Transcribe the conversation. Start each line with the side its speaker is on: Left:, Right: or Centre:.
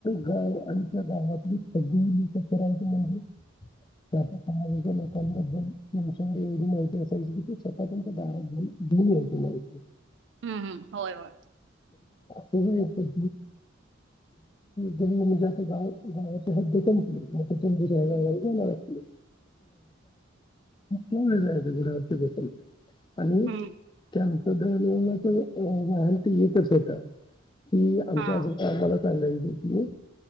Left: गाव आणि त्या गावातली दतराां म्हजे त्या समाजाच्या लोकांबद्दल असंग एवढी माहिती असायची की स्वतः त्यांच्या बाारल ब
Right: हम्म हम्म होय होय
Left: ग गा दम क मम क जग आहे नाकी गुडवरती बसल आणि
Right: हम्म
Left: कॅन्सर दच वाल एकच होता कि आमच्याज
Right: हा
Left: आम्हाला कायलाहिज की